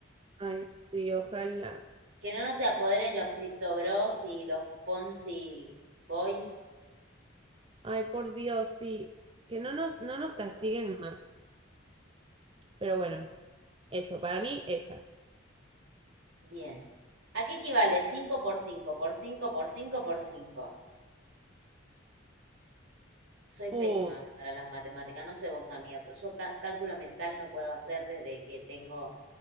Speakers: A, on the right; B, on the right.
A: Ay, sí, ojalá.
B: Que no nos se apoderen los Crypto Bros y los Ponzi Boys.
A: Ay, por Dios, sí. Que no nos, no nos
B: Otros.
A: castiguen más. Pero bueno, eso, para mí esa.
B: Bien. ¿A qué equivale 5 por 5 por 5 por 5 por cinco Soy pésima
A: Uh,
B: para las matemáticas, no sé vos, amiga, pero yo ca- cálculo mental no puedo hacer desde que tengo,